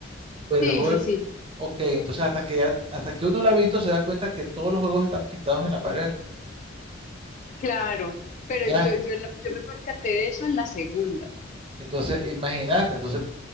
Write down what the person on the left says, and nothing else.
Sí,
sí,
sí,
claro. Pero
yo, yo, la- yo me percaté de eso en la segunda.